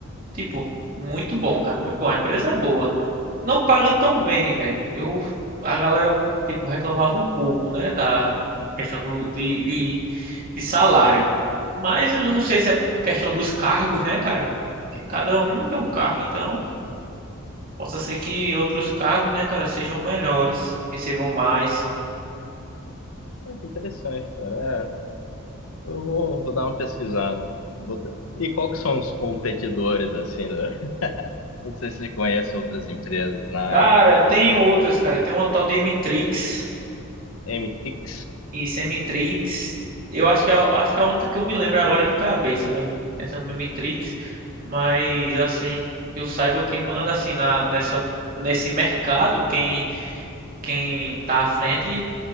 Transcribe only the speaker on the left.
Ah, que interessante, cara. É, eu vou, vou dar uma pesquisada. Vou ter- E qual que são os competidores, assim, né? <laughs> Não sei se você conhece outras empresas na área.
Mtrix.